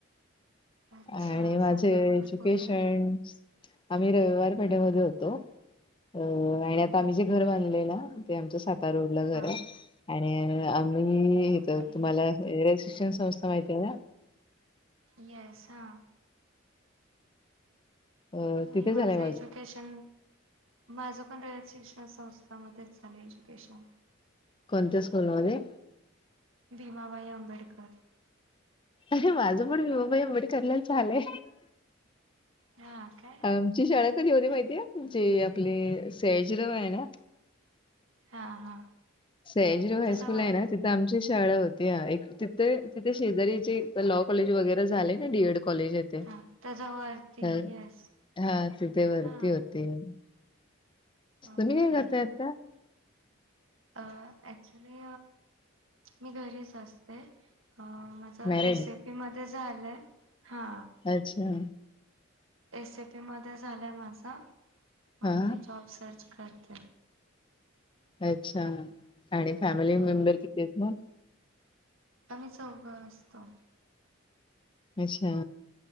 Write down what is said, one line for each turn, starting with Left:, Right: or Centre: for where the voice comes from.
Right: अच्छा
Left: आणि माझे
Right: सातारामध्ये
Left: एज्युकेशन.
Right: कुठे
Left: आम्ही रविवार पेठेमध्ये होतो. अ आणि आता आम्ही जे घर बांधलेय ना ते आमच्या रोड ला घर
Right: हा
Left: आहे आणि आम्हीइथ
Right: ओके
Left: तुम्हाला. रयत शिक्षण संस्था माहिती आहे ना.
Right: येसां.
Left: अ
Right: मी
Left: तिथे
Right: माझं
Left: झालंय
Right: एज्युकेशन माझं पण रयत शिक्षण संस्थामध्येच झालं एज्युकेशन.
Left: कोणत्या स्कूल मध्ये?
Right: भीमाबाई आंबेडकर.
Left: अरे माझं पण भीमाबाई आंबेडकर लाच झालंय.
Right: हा का?
Left: आमची शाळा कधी होते माहिती आहे जे आपले सयाजीराव आहे ना
Right: हा हा
Left: सयाजीराव हायस्कूल
Right: त्याच्यावरती
Left: आहे ना, तिथं आमची शाळा होती. ते एक तिथे तिथे शेजारी जे लॉ कॉलेज वगैरे झालंय ना डीएड कॉलेज आहे. त
Right: हा त्याच्यावरती
Left: ह
Right: येस
Left: हा तिथे वरती
Right: हा
Left: होते ते,
Right: ओके
Left: तुम्ही काय करताय आता?
Right: अ ऍक्च्युली मी घरीच असते. अं मा चा
Left: मॅरिड
Right: एसीपी मध्ये झालंय हा
Left: अच्छा!
Right: एसीपीमध्ये झालंय माझं, आणि
Left: हा
Right: जॉब सर्च करते.
Left: अच्छा आणि फॅमिली
Right: हा
Left: मेंबर कितीयत मग
Right: आम्ही चौघं असतो.
Left: अच्छा!